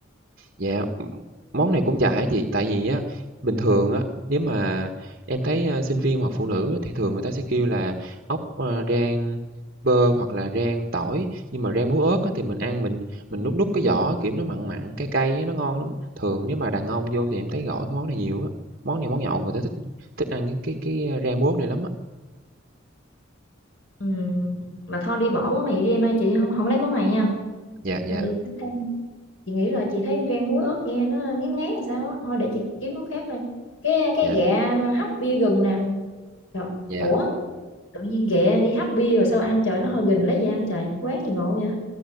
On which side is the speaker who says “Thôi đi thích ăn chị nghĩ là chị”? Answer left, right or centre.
Left